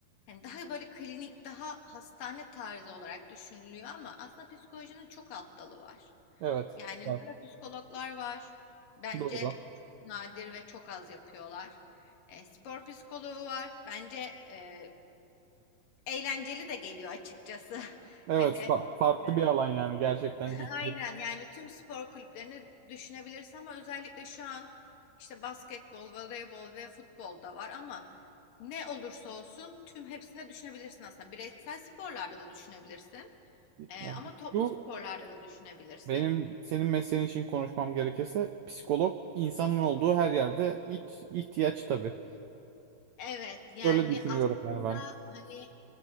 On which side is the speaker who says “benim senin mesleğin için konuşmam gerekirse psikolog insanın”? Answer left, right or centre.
Right